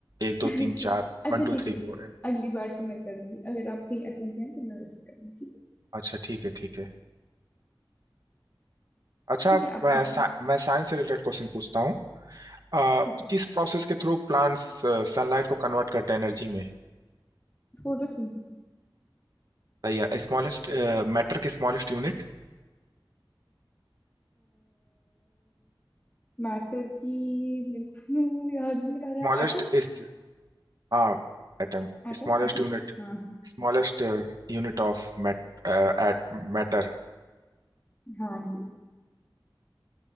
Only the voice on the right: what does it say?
एक दो
तीन चार
वन टू
थ्री
फोर
है
अच्छा ठीक है ठीक है अच्छा
अब
मैं
सा, मैं साइंस से रिलेटेड क्वेश्चन पूछता हूँ अ,
किस प्रोसेस के थ्रू प्लांट्स सनलाइट को कन्वर्ट करते हैं एनर्जी में
सही है स्मॉलेस्ट मैटर के स्मॉलेस्ट यूनिट
स्मॉलेस्ट
इस हाँ atom
Smallest
unit
Smallest unit of mat at matter